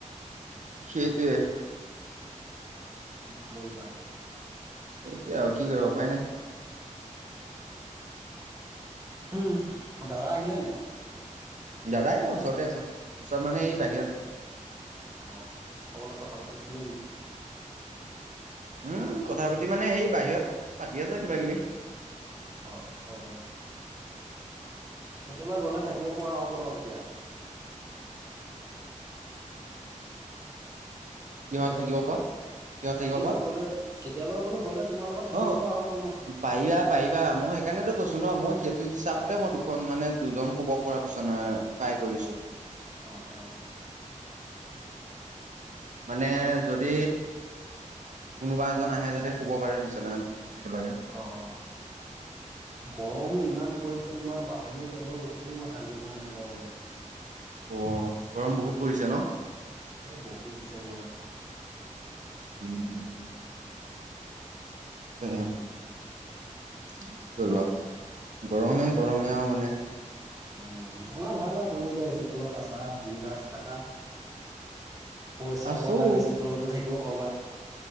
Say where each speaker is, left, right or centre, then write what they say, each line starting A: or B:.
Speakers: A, on the right (about 70°); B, on the right (about 25°).
A: সেইটোৱে
B: কি কৰিবা?
A: সেইটোৱে আৰু কি কৰিব উপায় নাই।
B: উম' দাদা আহিলে নাই?
A: দাদা এইয়া ওচৰতে আছে, ওচৰত মানে এ বাহিৰত।
B: অ', ক'বালে কথা পাতি আছে নেকি?
A: উম' কথা পাতি মানে সেই বাহিৰত পাতি আছে কিবা-কিবি।
B: অহ'অহ' কেতিয়াবা গ'লে থাকিব পৰা হ'ব ন তেতিয়া?
A: কিহত
B: হেল্ল'
A: থাকিব পোৱা? কিয় থাকিব
B: কেতিয়াবা
A: বা
B: গ'লে কেতিয়াবা বোলো গ'লে তোমাৰ লগত থাকিব
A: অহ'
B: পৰা হ'ব ন?
A: পাৰিবা পাৰিবা মই সেইকাৰণেতো কৈছো ন মই তো হিচাপতে মই দুখন মানে দুজন শুব পৰা বিছনা বাই কৰিছো।
B: অ অ'
A: <inaudible> মানে যদি, কোনোবা এজন আহে যাতে শুব পাৰে বিচনাত। একেলগে
B: অ' গৰমো ইমান পৰিছে। তোমাৰ বাহনিৰ তলত ৰখিও মই শান্তি পোৱা নাই গৰমত।
A: অ' গৰম বহুত পৰিছে ন?
B: এ বহুত দিছে গৰম।
A: উম' কে কি কৰিবা, গৰমে গৰমে আৰু মানে।
B: উম' তোমাৰ ভাল আৰু তুমি এতিয়া এ চি তলত আছা বিন্দাস থাকা। পইচাও
A: আছো
B: পাবা এ চি তলতো থাকিব পাবা।